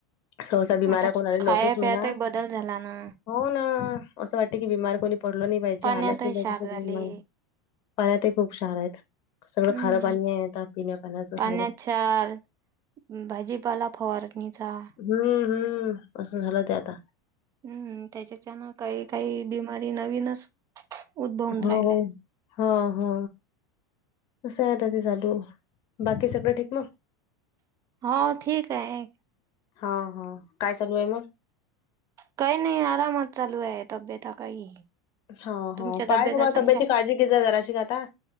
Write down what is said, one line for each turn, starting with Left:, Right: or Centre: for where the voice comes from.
Left: सहसा बीमाऱ्या,
Right: आता
Left: कोणाला
Right: खाया
Left: नवसोच म्हणा.
Right: पियातही बदल झाला ना
Left: हो, ना असं वाटते की बीमार कोणी पडल नाही पाहिजे,
Right: पाण्यातही
Left: आल्याच नाही
Right: क्षार
Left: पाहिजे ते
Right: झाले
Left: पाण्यात हि खुप क्षार आहे. सगळं
Right: हम्म
Left: खारं पाणी आता पिण्या पाण्याचं
Right: पाण्यात
Left: सगळं.
Right: क्षार, भाजीपाला फवारणीचा.
Left: हुं, हुं, असं झालं ते आता.
Right: हुं, त्याच्याच्यान काही काही बिमारी नवीनच. उद्भवून
Left: हो
Right: राहिल्या
Left: हो. हा हा कसं आहे आता ते चालू, बाकी सगळं ठीक मग.
Right: हो ठीक आहे.
Left: हा हा काय चालू आहे मग.
Right: काही नाही आरामात चालू आहे तब्यता काही.
Left: हा
Right: तुमच्या
Left: हा बाळाच्या
Right: तब्यता चांगल्या
Left: तब्येतची काळजी घेत जा जराशी ग आता